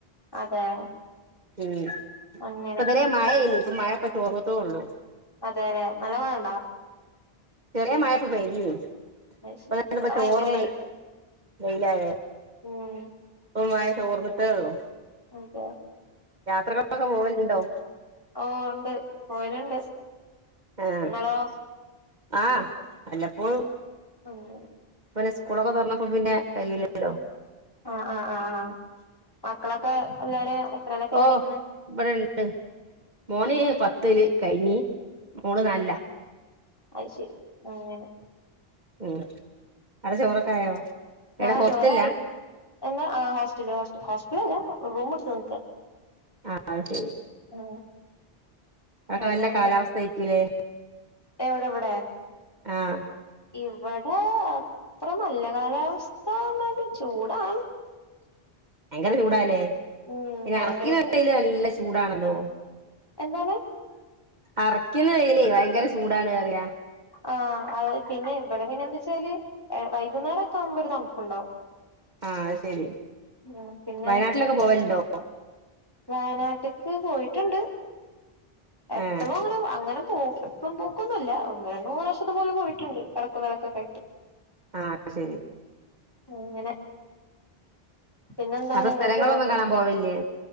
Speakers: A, on the left (about 20°); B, on the right (about 45°).
A: അതെ
B: മ്
A: അങ്ങനെ
B: പൊതുവെ. മഴയ്നീ ഇപ്പം മഴ പ്പൊ തോർന്നിട്ടോള്ളു.
A: അതെലെ നല്ല മഴയുണ്ടാ?
B: ചെറിയ മഴപ്പൊ പെയ്തിനു
A: അത് ശരി
B: പെയ്തിപ്പോ
A: ഇവിടെ ഭയങ്കര
B: ചോർന്ന്. ല്ലേ.
A: മ്ഹ്
B: ഇപ്പം മഴ ചോർന്നിട്ടേള്ളു
A: എന്താ
B: യാത്രകൾക്കൊക്കെ പോവലുണ്ടോ?
A: ഓഹ് ഉണ്ട്, പോവലുണ്ട്.
B: ഏഹ്
A: നിങ്ങളോ
B: ആഹ് വല്ലപ്പോഴും.
A: അങ്ങനെ.
B: പിന്നെ സ്കൂളൊക്കെ തൊർന്നപ്പോ പിന്നെ കയ്യിലില്ലല്ലോ.
A: ആഹ് ആഹ് ആഹ് ആഹ് മക്കളൊക്കെ എല്ലാരും. എത്രയിലൊക്കെ
B: ഓഹ്
A: പഠിക്കണ്
B: ബടെണ്ട് മോന് പത്ത്ല് കഴിഞ്ഞ്. മോള് നാൽലാ.
A: അയ്ശരി അങ്ങനെ.
B: ആഹ് അവ്ടെ ചോറൊക്കായോ? എവിടെ
A: ആ
B: ഹോസ്റ്റലിലാ
A: ചോറായി. എന്താ, ആഹ് ഹോസ്റ്റല് ഹോസ്റ്റ് ഹോസ്റ്റലല്ല റൂം ഇട്ത്ത് നിക്ക.
B: ആഹ് അത്ശരി.
A: ആഹ്.
B: അവ്ടെ
A: അങ്ങനെയൊക്കെ
B: നല്ല കാലാവസ്ഥയിരിക്കുല്ലേ?
A: എവിടെ ഇവിടെ.
B: ആഹ്.
A: ഇവിടെ അത്ര നല്ല കാലാവസ്ഥന്നാലും ചൂടാണ്.
B: ഭയങ്കര ചൂടല്ലേ,
A: ഉം
B: പിന്നെ
A: ഭയങ്കര
B: അറക്കിനവയില്
A: ചൂ
B: നല്ല ചൂടാണല്ലോ.
A: എന്താണ്
B: അറക്കിന വയ്ല് ഭയങ്കര ചൂടാണ് പറയാ.
A: ആഹ് അത് പിന്നെ ഇവിടെ പിന്നെ എന്ത്‌ച്ചാല്. ആഹ് വൈകുന്നേരൊക്കാവുമ്പോ ഒരു തണുപ്പുണ്ടാവും.
B: ആഹ് അത്ശരി
A: ഉം പിന്നെ
B: വയനാട്ടിലൊക്കെ പോവല്ണ്ടോ?
A: വയനാട്ട്ക്ക് പോയിട്ടുണ്ട് എപ്പൊളങ്ങനെ
B: ഏഹ്
A: അങ്ങനെ. പോം എപ്പം പോക്കൊന്നുല്ല ഒന്ന് രണ്ട് മൂന്ന് പ്രാശ്യം ഇതുപോലെ പോയിട്ടുണ്ട് എടക്കും വഴകൊക്കായിട്ട്.
B: ആഹ് ശരി.
A: അങ്ങനെ പിന്നെന്താണ്
B: അപ്പൊ
A: ഇങ്ങൾക്ക്
B: സ്ഥലങ്ങളൊന്നും
A: ഒ
B: കാണാൻ
A: ഒ.
B: പോവലില്ലേ